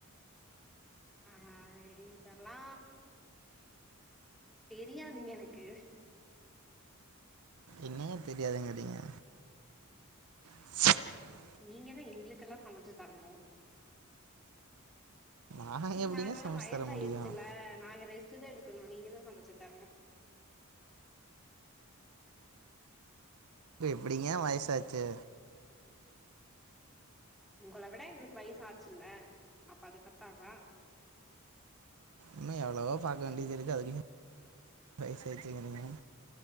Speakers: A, in the centre; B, on the right.
A: ஆ இதெல்லா தெரியாதுங்க எனக்கு
B: என்ன தெரியாதுங்கிறிங்க <inaudible>
A: நீங்கதா எங்களுக்கெல்லா சமைச்சு தரணு
B: நான் எப்டிங்க
A: நாங்கெல்லா
B: சமைச்சு
A: வயசு
B: தர முடியும்
A: ஆயிடுச்சுல்ல நாங்க ரெஸ்ட்டு தா எடுக்கணு நீங்கதா சமைச்சு தரணு
B: <inaudible> எப்டிங்க வயசாச்சு
A: உங்களவிட எங்களுக்கு வயசு ஆச்சுல்ல அப்ப அது பத்தாதா
B: இன்னு எவ்ளவோ பாக்க வேண்டியதுருக்கு அதுக்குள்ளயு வயசாச்சுகிறிங்க